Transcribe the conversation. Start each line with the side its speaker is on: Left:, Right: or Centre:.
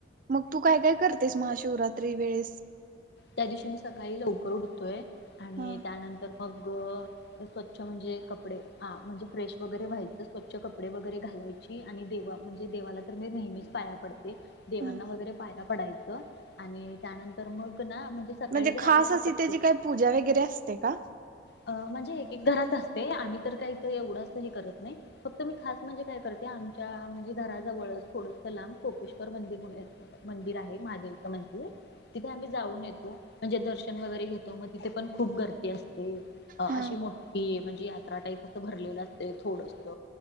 Right: मग तू काय काय करतेस महाशिवरात्री वेळेस
Left: त्या दिवशी मी सकाळी लवकर उठतोय आणि
Right: हा
Left: त्यानंतर मग स्वच्छ म्हणजे कपडे म्हणजे फ्रेश वगैरे व्हायचं स्वच्छ कपडे वगैरे घालायचे आणि देव म्हणजे देवाला तर मी नेहमीच पाया पडते देवांना
Right: हा
Left: वगैरे पायया पडायचं आणि त्यानंतर मग ना म्हणजे सकाळी
Right: म्हणजे
Left: जर
Right: खास
Left: आपल्याला
Right: अशी
Left: शक्य
Right: त्याची काही पूजा वगैरे असते का
Left: अ म्हणजे एक एक घरात असते आम्ही तर काही तर एवढंच हे करत नाही फक्त मी खास म्हणजे काय करते आमच्या म्हणजे घराजवळच थोडंस सं लांब कोपेश्वर मंदिर म्हणून य मंदिर आहे महादेवचं मंदिर तिथे आम्ही जाऊन येतो म्हणजे दर्शन वगैरे घेतो मग तिथे पण खूप गर्दी असते अ
Right: हा
Left: अशी मोठी म्हणजे यात्रा टाईप असं भरलेलं असते थोडसत